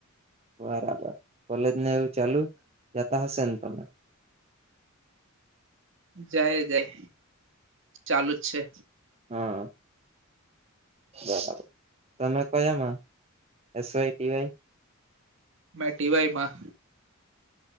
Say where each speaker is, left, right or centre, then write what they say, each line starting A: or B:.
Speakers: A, on the right; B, on the right.
A: બરાબર કોલેજ ને એવું ચાલુ જતા હશે ને તમે.
B: જાય જાય ચાલુ જ છે.
A: હા. બરાબર તમે કયામાં એસ વાય ટી વાય.
B: મે ટીવાય માં.